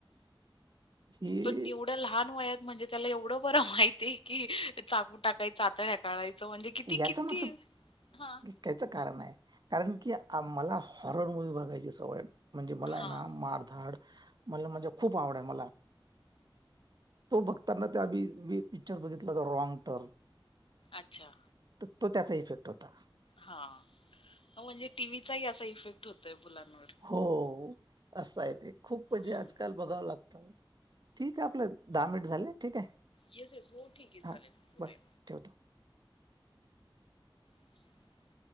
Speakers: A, on the right; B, on the left.
A: ही
B: पण निव लहान वयात म्हणजे त्याला एवढं बर माहितय की चाकू टाकायाचा <unintelligible> काळाचं म्हणजे किती
A: याचा
B: किती
A: मागचं
B: हा.
A: त्याच कारण आहे. कारण की मला हॉरर मूवी् बघायची सवय म्हणजे मला
B: हां.
A: ये ना मार धाड मला म्हणजे खूप आवड आहे मला, तो बघताना त्याभी. मी पिक्चर बघितलं तर रॉग टर्न.
B: अच्छा.
A: तर तो त्याचा इफेक्ट होता.
B: हा म्हणजे टी. व्हीचाही असा इफेक्ट होतोय मुलांवर.
A: हो असं आहे ते, खूप म्हणजे
B: हं.
A: आजकाल बघावं लागतं. ठीक आहे आपलं, दहा मिनिट झाले ठीक आहे.
B: येस-येस हो ठीक आहे चालेल,
A: हां
B: बोलूया.
A: बरं ठेवतो.
B: <inaudible>